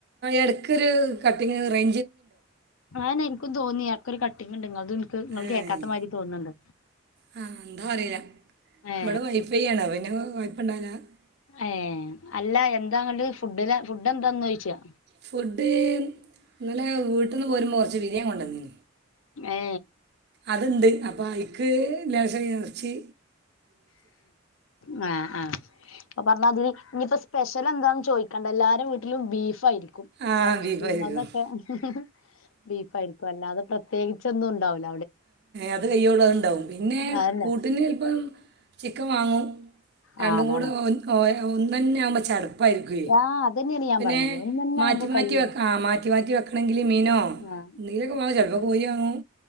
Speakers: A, on the right; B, on the left.
A: എടക്കൊര് കട്ടിങ് റേ
B: ആനെനിക്കും തോന്നി ആ ഒരു കട്ടിങ്ങ്ങെണ്ട്ങ്ങോൽ തെനിക്ക് ഇങ്ങൾ
A: ഏ
B: കേക്കാത്ത മാരി തോന്നുന്നെണ്ട്
A: ആ എന്താ അറിയില്ല
B: ഏ
A: ഇവിടെ വൈഫൈ ആണ് പിന്നെ <unintelligible>
B: ഏഹ് അല്ല എന്താ അങ്ങട് ഫുഡിന് ഫുഡ് എന്താന്ന് ചോദിച്ചാ
A: ഫുഡ് ഇന്നലെ വീട്ടിന്ന് പോരുമ്പ കൊറച്ച് ബിരിയാണി കൊണ്ടന്നീ
B: ഏ
A: അതിണ്ട് അപ്പൊ ഐക്ക് ലേശം എറച്ചി
B: ഉ ആഹ് ആഹ് അപ്പൊ പറഞ്ഞത് ഇനിയിപ്പ സ്പെഷ്യൽ എന്താന്ന് ചോദിക്കണ്ടെല്ലാവരേയും വീട്ടിലും ബീഫ് ആയിരി ക്കും നമ്മളെ
A: ആ
B: മുസ്ലിങ്ങളതൊക്കെ
A: ബീഫായിരിക്കും
B: ഹ് ഹ് ബീഫായിയിരിക്കും അല്ലാതെ പ്ര ത്യേകിച്ചൊന്നും ഉണ്ടാവൂല്ല
A: അത് കയ്യോളം അത് ഇണ്ടാവും പിന്നെ
B: അതന്നെ
A: കൂട്ടിന് ചെല്പ്പം ചിക്കൻ വാങ്ങും രണ്ടും
B: ആ അതാണ്
A: കൂടെ ഒ എ ഒന്നെന്നെ ആവുമ്പോ ചടപ്പായിരിക്കെ
B: ആ അതന്നെയാണ് ഞാൻ
A: പിന്നെ
B: പറഞ്ഞത് ഒന്നന്നെ
A: മാറ്റി
B: ആവുമ്പോ
A: മാറ്റി
B: കഴിയൂല
A: ആ മാ റ്റി മാറ്റി വെക്കണെങ്കി മീനോ
B: ആ
A: ന്തേലൊക്കെ വാങ്ങും ചെലപ്പോ കോയി വാങ്ങും